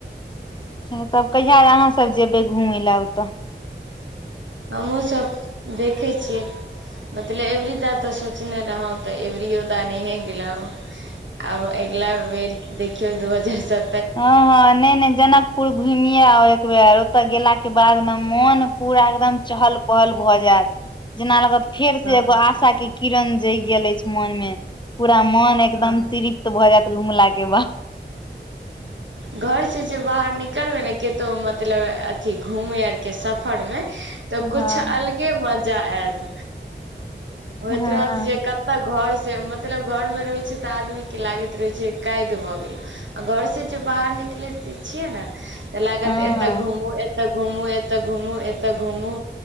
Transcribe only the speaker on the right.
हमहूँसभ देखै छियै मतलब एबरी द तऽ सोचने रहौँ तऽ अबरिओ द नहिए गेलौं आब अगिला बेर देखियौ दू हजार स
हँ
हँ
घर से जे बाहर निकलबै ने केतो मतलब अथी घूमे आर के सफर मे तो
कुछ अलगे मज जा आत होइत
रहत जे तऽ घर से मतलब घर मे रहै छै तऽ आदमी के लागति रहै छै कदि भऽ गेलौं आ घर से जे बाहर निकलति छियै ने तऽ लागत
एतऽ घूमू एतऽ घूमू एतऽ घूमू एतऽ घूमू